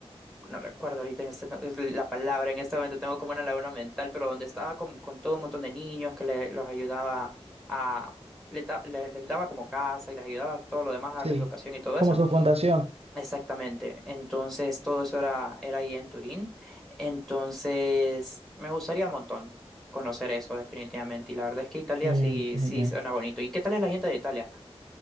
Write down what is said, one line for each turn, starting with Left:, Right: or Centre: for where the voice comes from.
Centre: no recuerdo ahorita en este, no- es la palabra, en este momento tengo como una laguna mental, pero donde estaba con, con todo un montón de niños que le, los ayudaba a, le da- le- les daba como casa y les ayudaba todo lo demás a darles
Right: Sí.
Centre: educación y todo
Right: Como
Centre: eso.
Right: su fundación.
Centre: Exactamente, entonces todo eso era, era ahí en Turín, entonces me gustaría un montón conocer eso definitivamente y la verdad es que Italia
Right: Sí,
Centre: sí,
Right: qué
Centre: sí
Right: genial.
Centre: suena bonito. ¿Y qué tal es la gente de Italia?